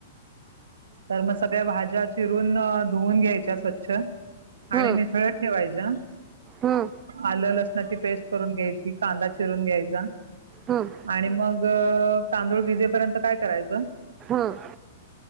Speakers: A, on the right (about 75°); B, on the right (about 25°).
A: तर मग सगळ्या भाज्या चिरून धुवन घ्यायच्या स्वच्छ.
B: हम्म
A: आणि निथळत ठेवायच्या
B: हम्म
A: आलं लसणाची पेस्ट करून घ्यायची कांदा. चिरून घ्यायचा.
B: हम्म
A: आणि मग तांदूळ भिजेपर्यंत काय करायचं.
B: हम्म